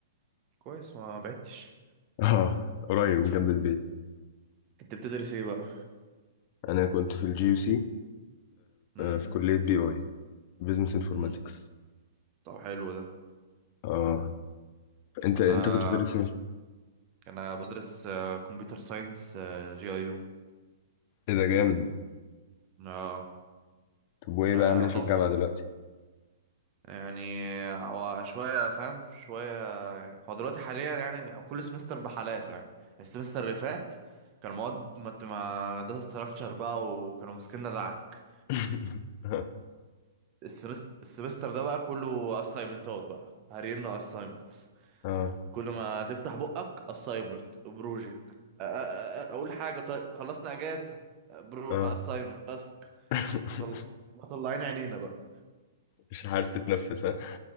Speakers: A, on the right; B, on the left.
A: كويس ما بعدتش
B: اه قريب من جنب البيت
A: انت بتدرس ايه بقى
B: انا كنت في الجي يو سي
A: مم.
B: في كلية بي اي بزنس انفورماتكس
A: مم. طب حلو ده
B: اه انت
A: انا
B: انت كنت بتدرس ايه
A: انا بدرس آه، كمبيوتر ساينس آه، جي اي يو
B: إيه ده جامد
A: اه
B: طب وايه
A: انا
B: بقى عامل ايه في الجامعة دلوقتي
A: يعني هو شوية فاهم شوية يعني. هو دلوقتي حاليا يعني كل سمستر بحالاته يعني السمستر اللي فات كان مواد مت- ما داتا ستراكشر بقى وكانوا ماسكيننا دعك
B: <laughs>
A: السمس- السمستر ده بقى كله اسايمنتات بقى هرينا اسايمنتس
B: اه
A: كل ما تفتح بقك اسايمنت بروجكت اقول حاجة طيب خلصنا اجازة برو
B: اه
A: اسايمنت اسك
B: <laughs>
A: مطلعين مطلعين عينينا بقى
B: مش عارف تتنفس ها